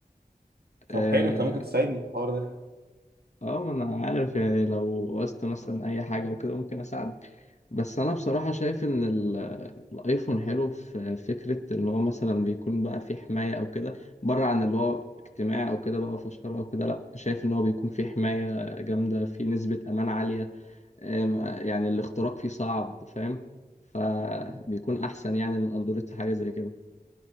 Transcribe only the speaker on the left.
اه
آه، ما انا عارف يعني لو وقست مثلا اي حاجه وكده ممكن اساعدك بس انا بصراحة شايف ان ال- الايفون حلو في فكرة ان هو مثلا بيكون بقى فيه حماية او كده بره عن اللي هو اجتماع او كده بقى فشار او كده لا شايف ان هو بيكون فيه حماية جامدة فيه نسبة امان عالية أم، يعني الاختراق فيه صعب فاهم فبيكون احسن يعني من اندرويد في حاجة زي كده